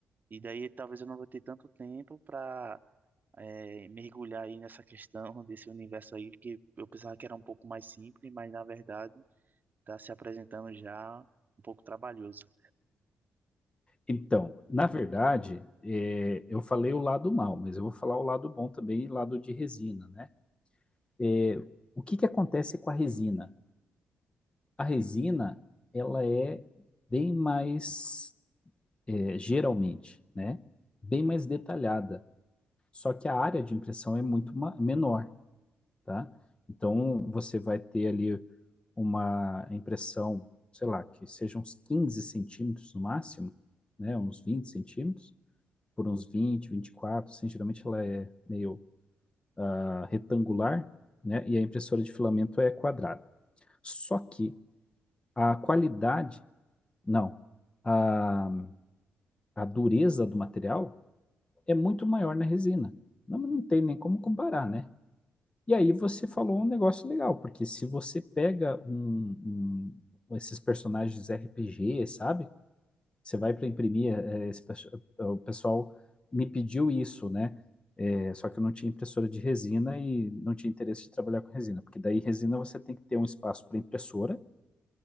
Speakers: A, on the right (about 45°); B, on the left (about 25°).
A: e daí talvez eu não vou ter tanto tempo para mergulhar aí nessa questão <laughs> desse universo aí, que eu pensava que era um pouco mais simples, mas na verdade está se apresentando já um pouco trabalhoso.
B: Então, na verdade, é, eu falei o lado mal, mas eu vou falar o lado bom também, e lado de resina, né? É, o que que acontece com a resina? A resina, ela é bem mais, é, geralmente, né? Bem mais detalhada. Só que a área de impressão é muito ma- menor. tá? Então, você vai ter ali uma impressão, sei lá, que seja uns 15 centímetros no máximo, né? Uns 20 centímetros, por uns 20, 24, assim, geralmente ela é meio ah, retangular, né? E a impressora de filamento é quadrada. Só que a qualidade, não, a, a dureza do material é muito maior na resina. Não, não tem nem como comparar, né? E aí você falou um negócio legal, porque se você pega um, um- esses personagens RPG, sabe? Você vai para imprimir, é, esse pesso- o pessoal me pediu isso, né? É, só que eu não tinha impressora de resina e não tinha interesse de trabalhar com resina, porque daí resina você tem que ter um espaço para impressora.